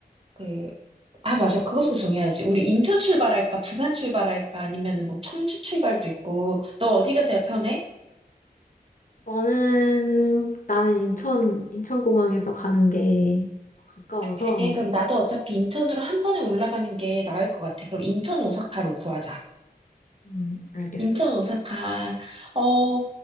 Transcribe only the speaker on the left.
너는 나는 인천 인천공항에서 가는 게 가까워서
음, 알겠어.